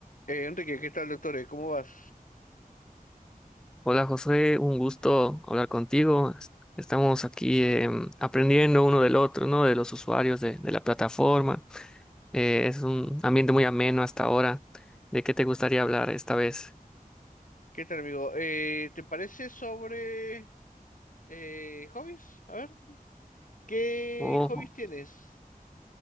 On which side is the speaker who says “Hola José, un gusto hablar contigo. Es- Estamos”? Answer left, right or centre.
Centre